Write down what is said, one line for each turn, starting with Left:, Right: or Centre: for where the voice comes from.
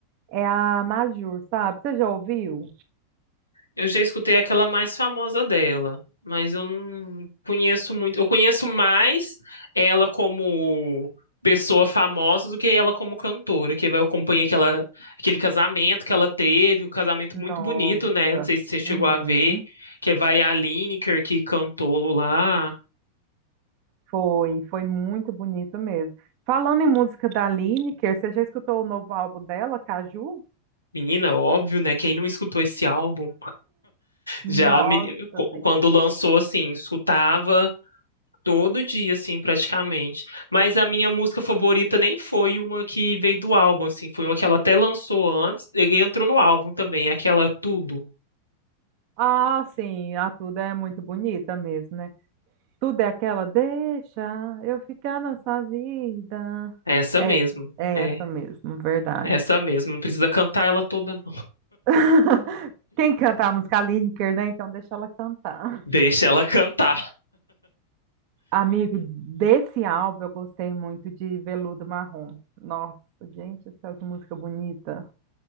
Right: é a Majur, sabe? Você já ouviu?
Left: Eu já escutei aquela mais famosa dela, mas eu não conheço muito. Eu conheço mais ela como pessoa famosa do que ela como cantora, que eu acompanhei aquela, aquele casamento que ela teve, um casamento
Right: Nossa.
Left: muito bonito, né? Não sei se você chegou
Right: Uhum.
Left: a ver, que vai a Lineker que cantou lá.
Right: Foi, foi muito bonito mesmo. Falando em música da Lineker, você já escutou o novo álbum dela, Caju?
Left: Menina, óbvio, né? Quem não escutou esse álbum?
Right: Nossa,
Left: Já a meni- co-
Right: Deus.
Left: quando lançou, assim, escutava todo dia, assim, praticamente. Mas a minha música favorita nem foi uma que veio do álbum, assim, foi uma que ela até lançou antes, ele entrou no álbum também, aquela Tudo.
Right: Ah, sim, a Tuda é muito bonita mesmo, né? Tudo é aquela, deixa eu ficar nessa vida.
Left: Essa
Right: É,
Left: mesmo,
Right: é
Left: é,
Right: essa mesmo, verdade.
Left: essa mesmo. Não precisa cantar ela toda, não.
Right: <laughs> Quem canta a música? A Lineker, né? Então deixa ela cantar.
Left: Deixa ela cantar.
Right: Amigo, desse álbum eu gostei muito de Veludo Marrom. Nossa, gente, do céu, que música bonita.